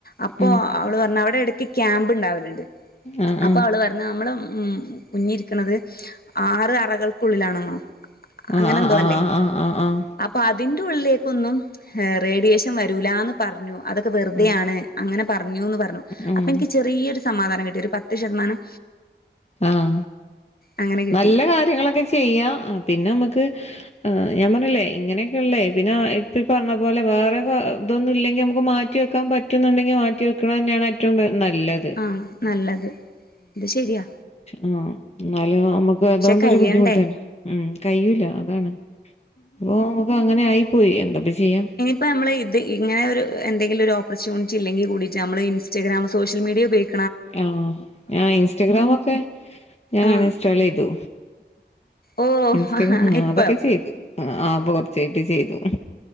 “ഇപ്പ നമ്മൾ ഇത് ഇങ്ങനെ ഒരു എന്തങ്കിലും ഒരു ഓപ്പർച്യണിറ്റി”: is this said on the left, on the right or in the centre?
Left